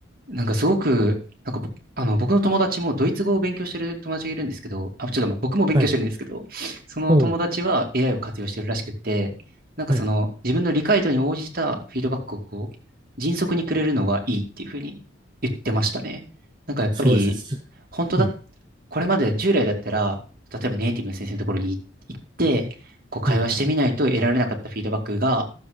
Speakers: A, on the right (about 50°); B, on the right (about 20°).
A: なんかすごく、なんかぼあの僕の友達もドイツ語を勉強してる友達がいるんですけど、あ、ちょっとまあ僕も勉強してるんですけど、
B: はい。
A: その友達は
B: おう。
A: AI を活用してるらしくって、なんかその自分の理解度に応じたフィードバックをこう、
B: はい。
A: 迅速にくれるのがいいっていうふうに言ってましたね。なんかやっぱり、
B: そうですね。す
A: 本当だっ
B: うん。
A: これまで従来だったら、例えばネイティブの先生のところに行って、こう会話してみないと得られなかったフィードバックが、
B: うん。